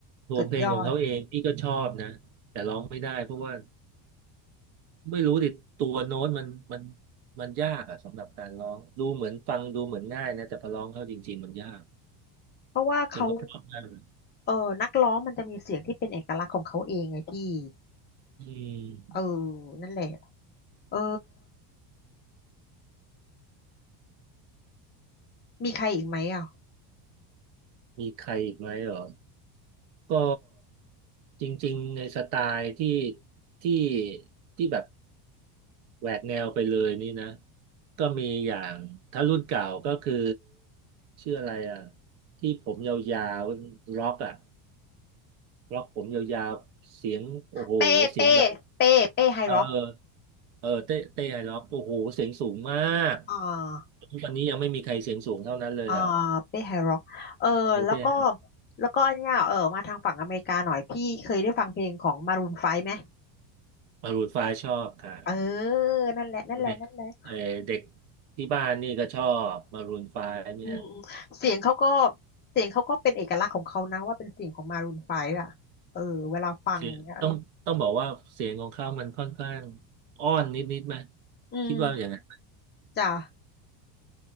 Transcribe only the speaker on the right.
ตัวเพลงของเขาเองพี่ก็ชอบนะแต่ร้องไม่ได้เพราะว่า
ไม่รู้ดิตัวโน้ตมันมันมันยากอะสำหรับการร้องดูเหมือนฟังดูเหมือนง่ายนะแต่พอร้องเข้าจริงๆมันยาก
เพลงก็เพราะมากเลย
อืม
มีใครอีกไหมเหรอก็จริงๆในสไตล์ที่ที่ที่แบบ แหวกแนวไปเลยนี่นะก็มีอย่างถ้ารุ่นเก่าก็คือชื่ออะไรอ่ะที่ผมยาวๆล็อกอ่ะล็อกผมยาวๆเสียงโอ้โหเสียงแบบ
เออเออเต้เต้ไฮล็อกโอ้โหเสียงสูงมาก
ทุกวันนี้ยังไม่มีใครเสียงสูงเท่านั้นเลยอ่ะ
รู้เต้ไฮล็อก
มารูนไฟชอบค่ะ
เด็กเออเด็กที่บ้านนี่ก็ชอบมารูนไฟเนี่ย
เสียงต้องต้องบอกว่าเสียงของเขามันค่อนข้างอ้อนนิดนิดไหม
คิดว่าอย่างนั้น